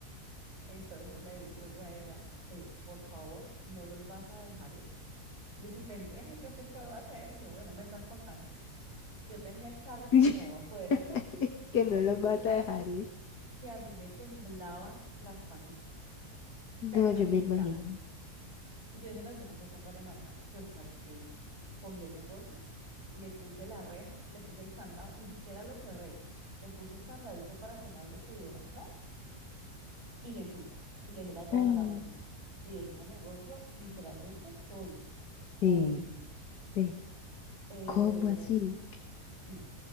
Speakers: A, on the right; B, on the left.
A: Entonces le digo yo a ella, "Ve, por favor, no los vas a dejar ir. Me dice, pendeja, ¿y yo qué puedo hacer? Y yo, bueno, me estás contando. Yo tenía el carro parqueado
B: <laughs>
A: afuera
B: Es
A: y
B: que
A: te
B: no lo
A: digo,
B: vas
A: Karen,
B: a dejar ir.
A: que a mí me temblaban las patitas,
B: No,
A: pero me
B: yo
A: temblaban.
B: me imagino.
A: Y yo dije, no, yo no soy capaz de manejar. Pues Karen, ¿qué hice? Cogí el negocio, le puse la reja, le puse el candado, ni siquiera lo cerré. Le puse un candadito para que nadie pudiera entrar y me fui. Y le dejé las llaves
B: Mm.
A: a la vecina. Y dejé ese negocio literalmente solo, solo.
B: Sí, ve.
A: Eh,
B: ¿Cómo así?
A: sí,